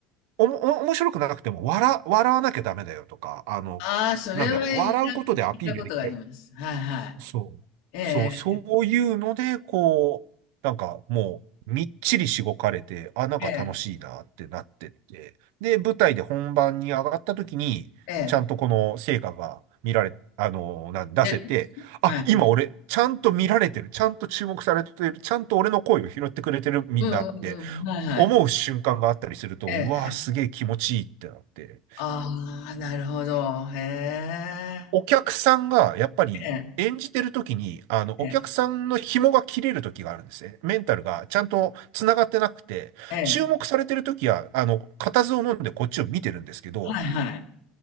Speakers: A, on the right; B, on the left.
A: おも、お面白くなくても、笑、笑わなきゃダメだよとか、あの、
B: ああ、それは、
A: なんだろう、
B: いなんか聞いたことがあります。
A: 笑うことでアピールできたり。
B: はいはい。
A: そう。
B: ええ、
A: そう、そういうので、こう、なんかもう、みっちりしごかれて、あ、なんか楽しいなってなってって、
B: ええ、
A: で、舞台で本番に上がった時に、
B: ええ、
A: ちゃんとこの成果が見られ、あの、なん、出せて、
B: 出る
A: あ、
B: はい。
A: 今俺、ちゃんと見られてる、ちゃんと注目されてる、ちゃんと俺の声を拾ってくれてるみんなって、
B: うんうんうん、はいはい。
A: 思う瞬間があったりすると、
B: ええ。
A: うわーすげえ気持ちいいってなって。
B: ああ、なるほど。へえ。
A: お客さんが、やっぱり、
B: ええ、
A: 演じてる時に、あの、
B: ええ、
A: お客さんの紐が切れる時があるんですね。メンタルがちゃんと繋がってなくて、
B: ええ、
A: 注目されてる時は、あの、固唾を飲んでこっちを見てるんですけど、
B: はいはい。